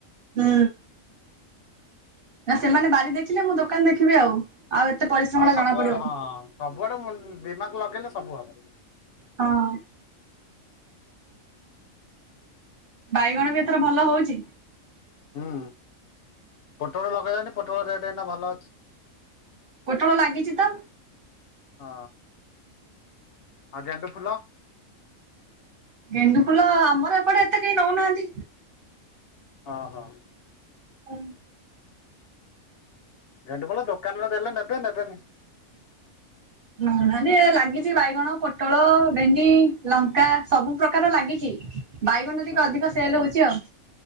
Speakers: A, on the right (about 50°); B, on the left (about 65°).
A: ହୁଁ। ନା ସେମାନେ ବାରି ଦେଖିଲେ ମୁଁ ଦୋକାନ ଦେଖିବି ଆଉ। ଆଉ ଏତେ ପରିଶ୍ରମ
B: ହଁ
A: ଟା
B: ସବୁଆଡେ
A: ଜଣା ପଡିବନି।
B: ହଁ ସବୁଆଡେ ମୁଁ ଦିମାଗ ଲଗେଇଲେ ସବୁ ହବ।
A: ହଁ। ବାଇଗଣ ବି ଏଥର ଭଲ ହଉଛି।
B: ହୁଁ ପୋଟଳ ଲଗେଇଲଣିି ପୋଟଳ ରେଟ୍ ଏଇନା ଭଲ ଅଛି।
A: ପୋଟଳ ଲାଗିଛି ତ।
B: ହଁ ଆଉ ଗେଣ୍ଡୁ ଫୁଲ
A: ଗେଣ୍ଡୁ ଫୁଲ ଆମର ଏପଟେ ଏତେ କେହି ନଉନାହାନ୍ତି।
B: ହଁ ହଁ
A: ହଁ
B: ଗେଣ୍ଡୁ ଫୁଲ ଦୋକାନରେ ଦେଲେ ନେବେ ନେବେନି।
A: ହ ନ ଲାଗିଛି ବାଇଗଣ, ପୋଟଳ, ଭେଣ୍ଡି, ଲଙ୍କା ସବୁ ପ୍ରକାର ଲାଗିଛି ବାଇଗଣ ଟିକେ
B: ହୁଁ
A: ଅଧିକ ସେଲ ହଉଛି ଆଉ।